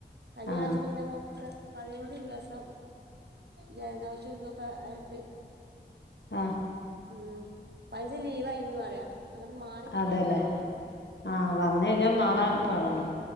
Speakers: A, on the right (about 70°); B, on the left (about 80°).
A: കഴിഞ്ഞ
B: ആഹ്
A: പ്രാവശ്യക്കെ ഇന്റെ മോൾക്കൊക്കെ പതിനഞ്ച് ദിവസം ജലദോഷം ഇതൊക്കെ ആയിട്ട്
B: ആഹ്
A: ഉം പതിൻചു ലീവായിരുന്നു പറയാ അങ്ങട്ട് മാറി കിട്ടാല്ല
B: അതെല്ലേ
A: പാട്
B: ആഹ് വന്ന കഴിഞ്ഞാ മാറാൻ പാടാണ്